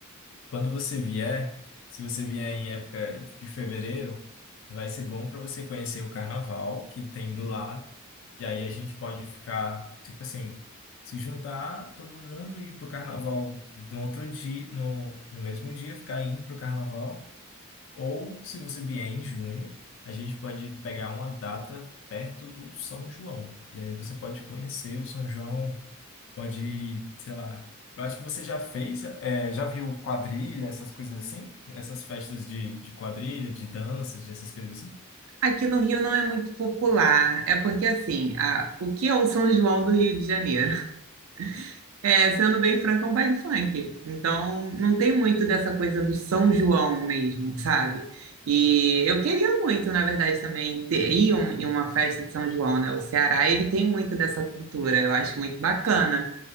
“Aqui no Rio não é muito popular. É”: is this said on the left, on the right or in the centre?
Right